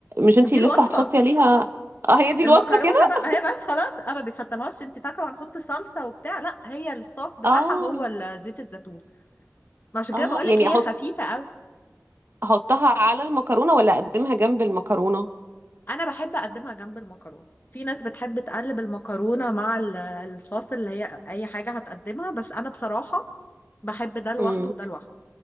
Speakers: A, on the right (about 50°); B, on the left (about 40°).
A: مش انتي
B: دي الوصفه
A: لسه هتحطي عليها اه هي دي
B: المكرونه
A: الوصفة كده
B: بقى هي بس خلاص انا ما بتحطلهاش انت فاكره هنحط صلصه وبتاع لا هي الصوص بتاعها
A: اه
B: هو ال- زيت الزيتون ما عشان
A: اه
B: كده بقول
A: يعني
B: لك هي
A: احط
B: خفيفه قوي
A: احطها على المكرونة ولا اقدمها جنب المكرونة
B: انا بحب اقدمها جنب المكرونه في ناس بتحب تقلب المكرونه مع ال- الصوص اللي هي اي حاجه هتقدمها بس انا بصراحه بحب ده لوحده
A: امم
B: وده لوحده